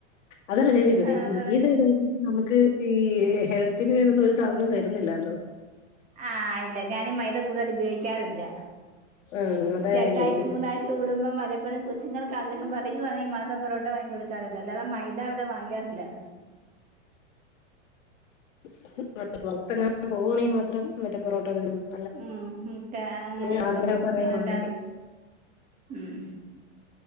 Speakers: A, on the left; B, on the right.
A: അതല്ല ഞാൻ ചോക്കോട്ടെ
B: ആഹ്
A: ഈ മത
B: പറഞ്ഞോ
A: ഇതായും നമുക്ക് ഈ ഹെൽത്തിന്നനും ഒരു സാധനം തരുന്നില്ലല്ലോ
B: ആഹ് ഇല്ല ഞാനി മൈതാ കൂടതല് ബേ റില്ല
A: ആഹ് അതാ
B: രണ്ടാഴ്ച
A: ഞാൻ ചോദിച്ചെ.
B: മൂന്നാഴ്ച ചൂടുമ്പം വലപ്പോഴും കൊച്ചുങ്ങൾക്ക് ആഗ്രഹ പറയുവാണൽ മാത്രം പൊറോട്ടാ വാങ്ങി കൊടു <unintelligible> അല്ലാതെ മൈദാ ഇവിടെ വാങ്ങാറില്ല
A: <unintelligible> പൊറത്തെങ്ങാനും പോകുവാണെങ്കി മാത്രം മറ്റേ പൊറോട്ട <unintelligible>
B: ഉം <unintelligible> അങ്ങനെയുള്ളു.
A: ഉം, ആഗ്രഹം പറയുവാണെങ്കിൽ
B: അതെന്താത്? ഉം